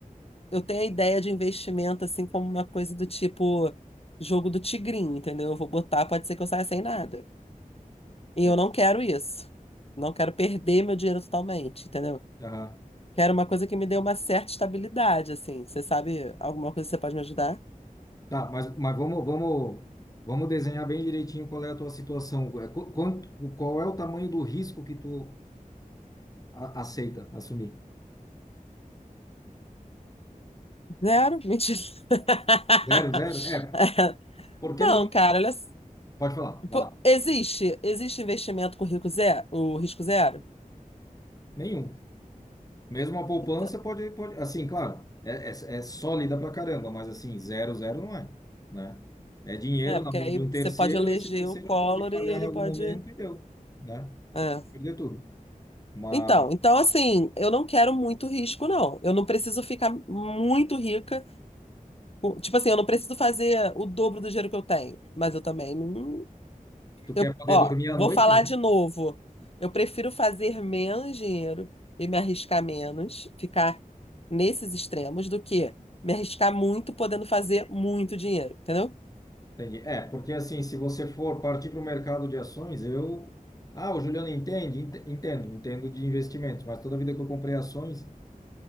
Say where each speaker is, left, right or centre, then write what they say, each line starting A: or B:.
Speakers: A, on the left; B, on the left.
A: eu tenho a ideia de investimento assim como uma coisa do tipo jogo do tigrinho, entendeu? Eu vou botar, pode ser que eu saia sem nada. E
B: Exato.
A: eu não quero isso. Não quero perder meu dinheiro totalmente, entendeu?
B: Aham.
A: Quero uma coisa que me dê uma certa estabilidade, assim. Você sabe alguma coisa que você pode me ajudar?
B: Tá, mas, mas vamos, vamos, vamos desenhar bem direitinho qual é a tua situação. É, qu- Quanto, qual é o tamanho do risco que tu a- aceita assumir?
A: Zero? Mentira. <laughs>
B: Zero, zero? É. Porque
A: Não,
B: no
A: cara, olha. s-
B: Pode falar, vai
A: pô,
B: lá.
A: existe, existe investimento com rico zero, o risco zero?
B: Nenhum. Mesmo a poupança
A: Então,
B: pode, pode, assim, claro, é, é, é sólida pra caramba, mas assim, zero, zero não é, né? É dinheiro
A: né? Porque
B: na mão
A: aí
B: de um terceiro,
A: você pode eleger
B: esse terceiro
A: o Collor
B: pode falhar
A: e ele
B: em algum
A: pode.
B: momento e deu, né? Você
A: É.
B: pode perder tudo. Mas
A: Então, então assim, eu não quero muito risco, não. Eu não preciso ficar muito rica O- Tipo assim, eu não preciso fazer o dobro do dinheiro que eu tenho, mas eu também não.
B: tu
A: Eu,
B: quer poder
A: ó,
B: dormir
A: vou
B: à noite,
A: falar
B: né?
A: de novo. Eu prefiro fazer menos dinheiro e me arriscar menos, ficar nesses extremos, do que me arriscar muito podendo fazer muito dinheiro, entendeu?
B: Entendi. É, porque assim, se você for partir para o mercado de ações, eu... Ah, o Juliano entende? Ent- Entendo, entendo de investimentos, mas toda vida que eu comprei ações,